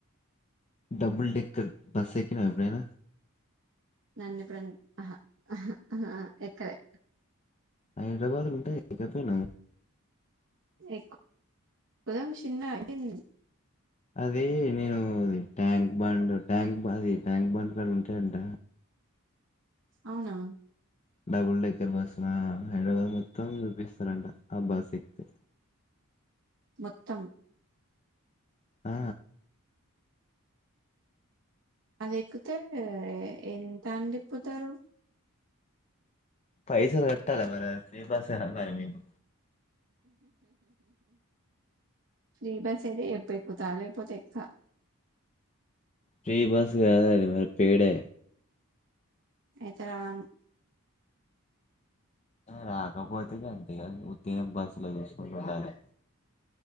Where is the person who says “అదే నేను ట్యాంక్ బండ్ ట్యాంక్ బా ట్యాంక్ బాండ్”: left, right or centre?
Left